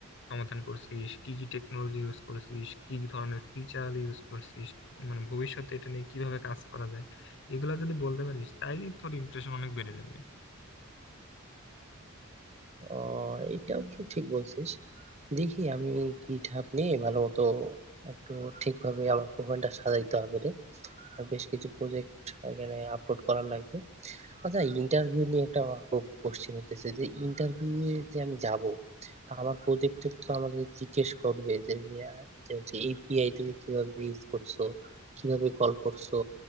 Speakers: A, on the left; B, on the right.
A: সমাধান করছিস কি কি টেকনোলজি ইউজ করছিস কি কি ধরনের ফিচার ইউজ করছিস মানে ভবিষ্যতে এটা নিয়ে কিভাবে কাজ করা যায় এগুলা যদি বলতে পারিস তাইলে তোর ইমপ্রেশন অনেক বেড়ে যাবে
B: আহ এটা অবশ্য ঠিক বলছিস দেখি আমি গিট হাব নিয়ে ভালো মতো একটু ঠিকভাবে আমার প্রোফাইলটা সাজাইতে হবে রে বেশ কিছু প্রজেক্ট এখানে আপলোড করার লাগবে আচ্ছা ইন্টারভিউ নিয়ে একটা আমার খুব কোশ্চেন হইতেছে যে ইন্টারভিউ এ যে আমি যাব তা আমার প্রজেক্টে তো আমাকে জিজ্ঞেস করবে যে যে হচ্ছে এপিআই তুমি কিভাবে ইউজ করছো কিভাবে কল করছো